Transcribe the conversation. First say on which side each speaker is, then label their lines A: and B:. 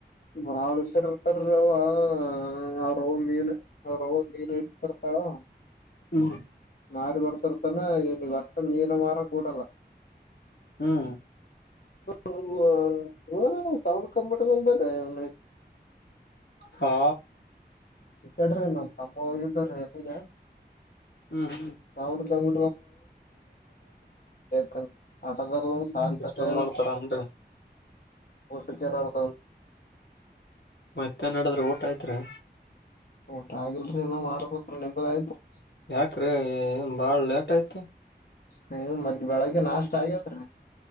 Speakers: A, on the left; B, on the left.
A: ಬಾವ್ ಹೆಸರ್ರ್ತಾರ ಅವ <unintelligible> ರೌಲ್ ಮೀನು ರೌ ಮೀನು ಇಡ್ ಸರ್ಳ <unintelligible>
B: ಹ್ಮ್
A: ಮಾರಿ ಬರ್ತರ್ತಾನ ಇವನ ವರ್ತ ಮೀನ ಮಾರ ಕೂಡಲ್ಲ
B: ಹ್ಮ್
A: ಹ ಸೌಂಡ್ ಕಂಪರ್ಟ್ ಕಪ <unintelligible>
B: ಹಾ
A: ಈ ಕಡ್ರಿ ನಮ್ ತಮ್ಮ್ದ್ರ ಅಲ್ಲಿಗೆ
B: ಹ್ಮ್ ಹ್ಮ್
A: ನಾವು ಕಿ ಕ ಎ ಕ <unintelligible> ಹೊಟ್ಟ ನಗರ ಸಾಾರ್ಥಕಡ್ರ
B: ಡಿಸ್ಟರ್ಬ್ ಮಾಡ್ತಾರ ಅನ್ರಿ
A: <unintelligible> ಊಡ್ ಕೇರ ಅರ್ದ. <unintelligible>
B: ಮತ್ತೆ ಏನ್ ನಡೆದದ್ರಿ ಊಟ ಆಯ್ತ್ರಿ.
A: ಊಟ ಆಗಿಲ್ರರಿ ಇನ್ ಮಾಡ್ಬೇಕ್ರೀ ನಿಂಬದಯ್ತ್ರಿ.
B: ಯಾಕ್ರೀ ಭಾಳ ಲೇಟ್ ಆಯ್ತು.
A: ಹ್ಮ ಮತ ಬೆಳಗ್ಗೆ ನಾಷ್ಟ್ ಆಗ್ಯದ್ರೀ.